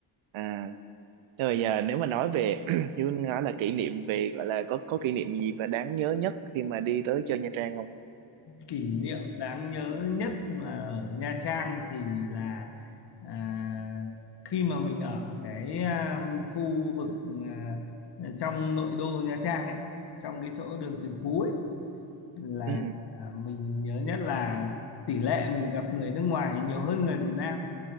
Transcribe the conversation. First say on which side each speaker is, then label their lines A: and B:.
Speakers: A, on the right; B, on the left.
A: à Rồi giờ nếu mà nói về <clears throat> như Vinh nói là kỷ niệm về gọi là có có kỷ niệm gì mà đáng nhớ nhất khi mà đi tới chơi Nha Trang không?
B: kỷ niệm đáng nhớ nhất mà ở Nha Trang thì là à, khi mà mình ở cái à, khu vực à, trong nội đô Nha Trang ấy trong cái chỗ đường Trần Phú ấy là
A: Ừ,
B: à, mình nhớ nhất là tỷ lệ mình gặp người nước ngoài nhiều hơn người Việt Nam